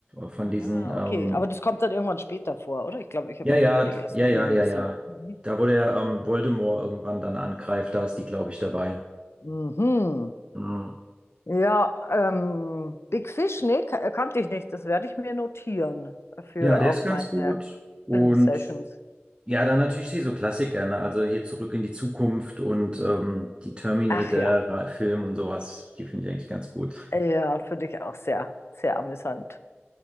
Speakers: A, on the right (about 25°); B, on the left (about 80°).
A: Von
B: Ah,
A: diesen, ähm,
B: okay, aber das kommt dann irgendwann später vor, oder? Ich glaube, ich
A: ja,
B: habe nämlich
A: ja,
B: nur die ersten
A: ja,
B: Filme
A: ja, ja,
B: gesehen.
A: ja.
B: Mhm.
A: Da, wo der ähm, Voldemort irgendwann dann angreift, da ist die, glaube ich, dabei.
B: Mhm.
A: Ja,
B: Ja, ähm, Big Fish, nee, ka- kannte ich nicht. Das werde ich mir notieren für
A: Ja, der
B: auch
A: ist ganz
B: meine
A: gut. Und
B: Filmsessions.
A: ja, dann natürlich hier so Klassiker, ne? Also hier Zurück in die Zukunft und ähm, die Terminator-Film
B: Ach ja,
A: und sowas, die finde ich eigentlich ganz gut.
B: ja, für dich auch sehr, sehr amüsant.